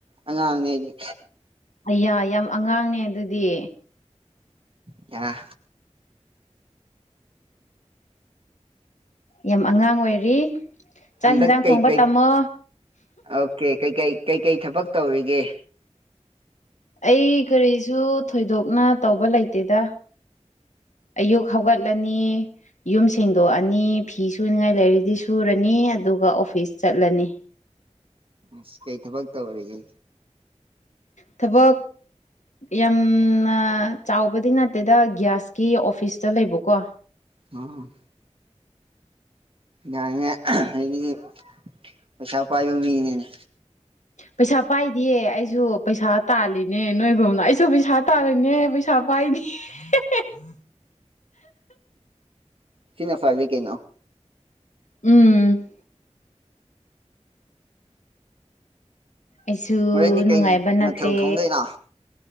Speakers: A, on the right; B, on the left.
A: ꯑꯉꯥꯡꯅꯦ
B: ꯑꯩꯌꯥꯏ ꯌꯥꯝ ꯑꯉꯥꯡꯅꯦ ꯑꯗꯨꯗꯤ
A: ꯌꯥ
B: ꯌꯥꯝ ꯑꯉꯥꯡ ꯑꯣꯏꯔꯤ ꯆꯥꯛ
A: ꯍꯟꯗꯛ
B: ꯍꯤꯟꯖꯥꯡ
A: ꯀꯩꯀꯩ
B: ꯊꯣꯡꯕ ꯇꯝꯃꯣ
A: ꯑꯣꯀꯦ ꯀꯩꯀꯩ ꯀꯩꯀꯩ ꯊꯕꯛ ꯇꯧꯔꯤꯒꯦ
B: ꯑꯩ ꯀꯔꯤꯁꯨ ꯊꯣꯏꯗꯣꯛꯅ ꯇꯧꯕ ꯂꯩꯇꯦꯗ ꯑꯌꯨꯛ ꯍꯧꯒꯠꯂꯅꯤ ꯌꯨꯝ ꯁꯦꯡꯗꯣꯛꯑꯅꯤ ꯐꯤ ꯁꯨꯅꯤꯉꯥꯏ ꯂꯩꯔꯗꯤ ꯁꯨꯔꯅꯤ ꯑꯗꯨꯒ ꯑꯣꯐꯤꯁ ꯆꯠꯂꯅꯤ
A: ꯑꯁ ꯀꯩ ꯊꯕꯛ ꯇꯧꯔꯤꯒꯦ
B: ꯊꯕꯛ ꯌꯥꯝꯅ ꯆꯥꯎꯕꯗꯤ ꯅꯠꯇꯦꯗ ꯒ꯭ꯌꯥꯁꯀꯤ ꯑꯣꯐꯤꯁꯇ ꯂꯩꯕꯀꯣ
A: ꯑ ꯌꯥꯅꯦ ꯑꯩꯗꯤ ꯄꯩꯁꯥ ꯄꯥꯏꯕ ꯃꯤꯅꯦꯅꯦ
B: ꯄꯩꯁꯥ ꯄꯥꯏꯗꯦ ꯑꯩꯁꯨ ꯄꯩꯁꯥ ꯇꯥꯜꯂꯤꯅꯦ ꯅꯣꯏꯒꯨꯝꯅ ꯑꯩꯁꯨ ꯄꯩꯁꯥ ꯇꯥꯜꯂꯤꯅꯦ ꯄꯩꯁꯥ ꯄꯥꯏꯗ <unintelligible>
A: ꯁꯤꯅ ꯐꯔꯂꯤ ꯀꯩꯅꯣ
B: ꯎꯝ ꯑꯩꯁꯨ
A: ꯍꯣꯔꯦꯟꯗꯤ
B: ꯅꯨꯡꯉꯥꯏꯕ
A: ꯀꯩ
B: ꯅꯠꯇꯦ
A: ꯃꯊꯦꯜ ꯊꯣꯡꯗꯣꯏꯅꯣ